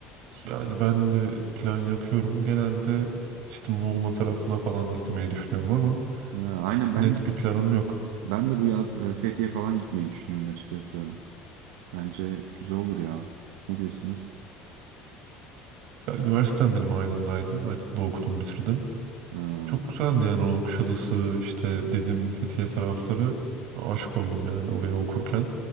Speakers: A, on the right; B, on the right.
A: Yani ben de plan yapıyorum. Genelde işte Muğla tarafına falan gitmeyi düşünüyorum ama
B: Ha, aynen
A: çok
B: ben
A: net bir planım yok.
B: ben de bu yaz e, Fethiye falan gitmeyi düşünüyorum açıkçası. Bence güzel olur ya. Siz ne diyorsunuz?
A: Ya, üniversitem benim Aydın'daydı. Aydın'da okudum, bitirdim.
B: Ha,
A: Çok güzeldi yani o Kuşadası, işte Didim, Fethiye tarafları. Aşık oldum yani oraya okurken.